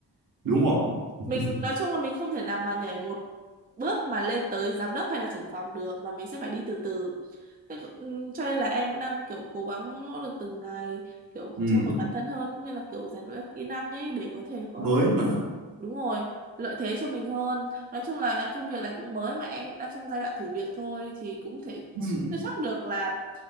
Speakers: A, on the right; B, on the right.
A: đúng rồi. <laughs>
B: mình nói chung là mình không thể nào mà nhảy một bước mà lên tới giám đốc hay là trưởng phòng được mà mình sẽ phải đi từ từ Thế c- ừm, cho nên là em vẫn đang kiểu cố gắng nỗ lực từng ngày kiểu
A: Ừ,
B: trau dồi bản thân hơn cũng như là kiểu rèn luyện các kỹ năng ấy để có thể có
A: mới mà.
B: Đúng rồi, lợi thế cho mình hơn. Nói chung là công việc này cũng mới mà em cũng đang trong giai đoạn thử việc thôi thì cũng thể
A: Ừ,
B: chưa chắc được là